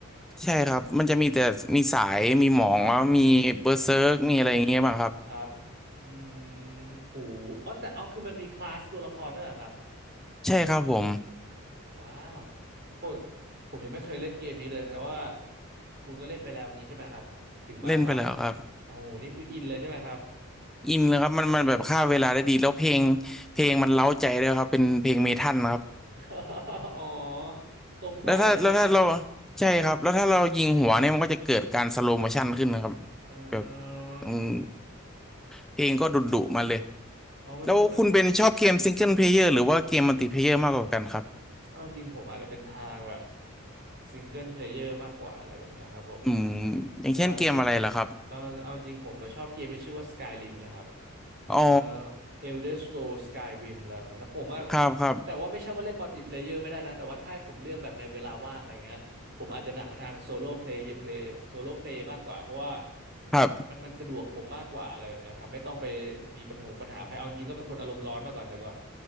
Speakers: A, in the centre; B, on the right (about 50°).
A: ใช่ครับมันจะมีแต่มีสาย มีหมองมีเบอร์เซิร์กมีอะไรอย่างเงี้ยบ้างครับ
B: ครับ ครับ อืมหูอ๋อแต่เอาคือมันมีคลาสตัวละครด้วยเหรอครับ
A: ใช่ครับผม
B: ว้าวโหผมยังไม่เคยเล่นเกมนี้เลย แต่ว่าคุณก็เล่นไปแล้วงี้ใช่ไหมครับ ถึงมาสาว
A: เล่นไปแล้วครับ
B: โอ้โหนี่คืออินเลยใช่ไหมครับ
A: อินเลยครับมันมันแบบฆ่าเวลาได้ดีแล้วเพลงเพลงมันเร้าใจด้วยครับเป็นเพลงเมทัลนะครับ
B: <laughs> อ๋อ ตรงสายใช่ไหมครับ
A: แล้วถ้าแล้วถ้าเราใช่ครับ แล้วถ้าเรายิงหัวเนี่ยมันก็จะเกิดการสโลว์โมชั่นขึ้นนะครับ
B: เออ
A: แบบอืมเพลงก็ดุดุมาเลย
B: เอามันมัน
A: แล้วคุณเป็นชอบเกมซิงเกิลเพลเยอร์หรือว่าเกมมัลติเพลเยอร์มากกว่ากันครับ
B: เอาจริงผมอาจจะเป็นทางแบบซิงเกิลเพลเยอร์มากกว่าอะไรแบบเนี้ยครับผม
A: อืมอย่างเช่นเกมอะไรล่ะครับ
B: ใช่เอาเอาจริงผมมาชอบเกมที่ชื่อว่า Skyrim นะครับ
A: อ๋อ
B: เอ่อ Elder Scrolls Skyrim อะไรแบบนั้นนะผมว่า
A: ครับครับ
B: แต่ว่าไม่ใช่ว่าเล่นมัลติเพลเยอร์ไม่ได้นะแต่ว่าถ้าให้ผมเลือกแบบในเวลาว่างอะไรเงี้ยผมอาจจะหนักไปทางโซโล่เพลย์เพลย์โซโล่เพลย์มากกว่าเพราะว่า
A: ครับ
B: มันมันสะดวกผมมากกว่าอะไรแบบเนี้ยครับไม่ต้องไปมีปัญหาปัญหาใครเอาจริงก็เป็นคนอารมณ์ร้อนมาก่อนแต่ก่อน